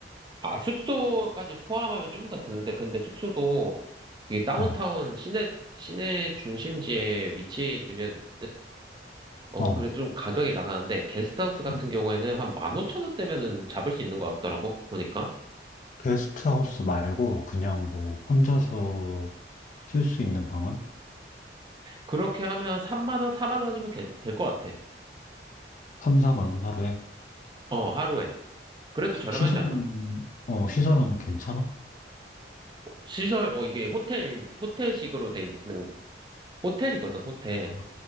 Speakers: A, on the right (about 25°); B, on the left (about 45°).
A: 아, 숙소까지 포함하면 좀 더 드는데, 근데 숙소도 이게 다운타운
B: 어,
A: 시내, 시내 중심지에 위치해 있으면은, 어,
B: 어.
A: 그래 좀 가격이 나가는데, 게스트하우스 같은
B: 음,
A: 경우에는 한 15,000원대면은 잡을 수 있는 것 같더라고, 보니까.
B: 게스트하우스 말고 그냥 뭐 혼자서 쓸 수
A: 음.
B: 있는 방은?
A: 그렇게 하면 3만 원, 4만 원이면 될 것 같아.
B: 3, 4만 원 하루에?
A: 어, 하루에. 그래도 저렴하지
B: 시설은,
A: 않아?
B: 어, 시설은 괜찮아?
A: 시설, 어, 이게 호텔, 호텔식으로 돼 있는, 호텔이거든, 호텔.
B: 아,